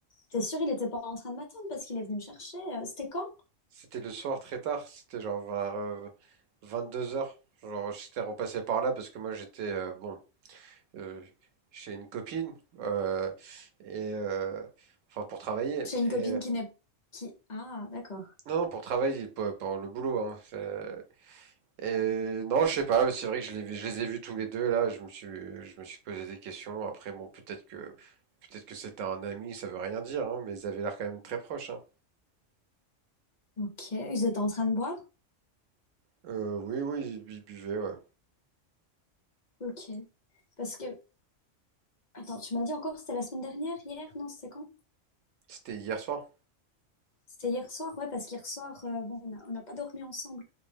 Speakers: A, on the left; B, on the right.
A: T'es sûr, il était pas en train de m'attendre parce qu'il est venu me chercher? euh, C'était quand?
B: C'était le soir très tard, c'était genre vers euh, vingt-deux heures. Genre, j'étais repassé par là parce que moi j'étais euh, bon euh, chez une copine euh, et euh, enfin pour travailler
A: J'ai une
B: et
A: copine
B: euh,
A: qui n'est... Qui... Ah, d'accord.
B: non, non pour travailler pour, pour le boulot hein, c'est- et non je sais pas c'est vrai que je les je les ai vus tous les deux là je me suis je me suis posé des questions après bon peut-être que peut-être que c'était un ami ça veut rien dire hein, mais ils avaient l'air quand même très proches hein.
A: Ok, ils étaient en train de boire?
B: Euh, oui oui ils ils buvaient ouais
A: Ok. Parce que... Attends, tu m'as dit encore, c'était la semaine dernière, hier? Non, c'était quand?
B: c'était hier soir
A: C'était hier soir, ouais, parce qu'hier soir, euh, bon, on a- on n'a pas dormi ensemble.